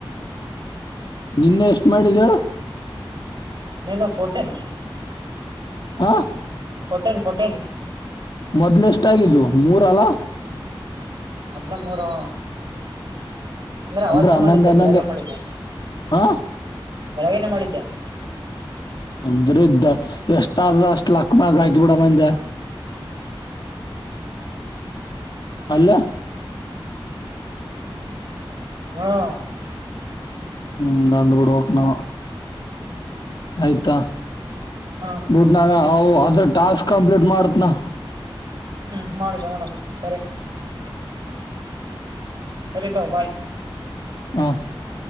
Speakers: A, on the left (about 55°); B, on the right (about 50°).
A: ನಿನ್ನೆ ಎಷ್ಟು ಮಾಡಿದ್ದಳು
B: ನಿಂದು ಫೋಟಿನ್
A: ಹ
B: ಫೋಟೀನ್ ಫೋಟೀನ್
A: ಮೊದ್ಲೆಷ್ಟಾಗಿದ್ದು ಮೂರು ಅಲ್ಲ
B: ಮೊದಲೇನದು ಮೂರು ಆವ ಅಂದ್ರೆ ಅವತ್ತೆ
A: ಅಂದ್ರ ಹನ್ನೊಂದ್
B: ಮಾಡಿದ್ದು
A: ಹನ್ನೊಂದು
B: ಬೆಳಿಗ್ಗೆ ಮಾಡಿದ್ದೆ
A: ಹ
B: ಬೆಳಗೆನೆ ಮಾಡಿದ್ದೆ
A: ಅಂದ್ರ ಇದ್ದ ಎಷ್ಟ ಆದ ಅಷ್ಟ ಲಕ್ ಮ್ಯಾಲ ಹಾಕಿಬಿಡಮ್ ಅಂದ್ಯಾ ಅಲ್ಯ
B: ಹಾ
A: ಹ್ಮ್ ದಂದ್ ಬಿಡ್ುವಕ್ ನ ಆಯ್ತಾ
B: ಹ
A: ಡ್ ನ ಅ ಅದ್ರ ಟಾಸ್ಕ್ ಕಂಪ್ಲೀಟ್ ಮಾಡತ್ನಾ
B: ಹ್ಮ್ ಮಾಡಿ ಚಗೋಣ ಸರಿ ಅರೆೇತಾವ ಭಾಯ್
A: ಹ